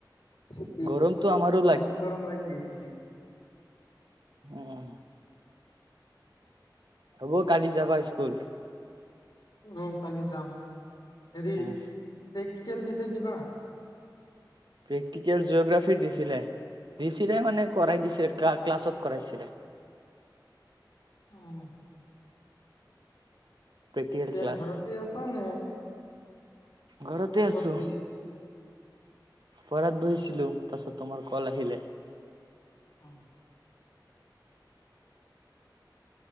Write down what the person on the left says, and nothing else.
<unintelligible>
বহুত গৰম লাগি গৈছ ছিলে
অ', কালি যাম। হেৰি,
এ টিকেল দিছে কিবা?
উম।
এতিয়া
ঘৰতে আছা নে?
কৰ'বাত
গৈছা
অ।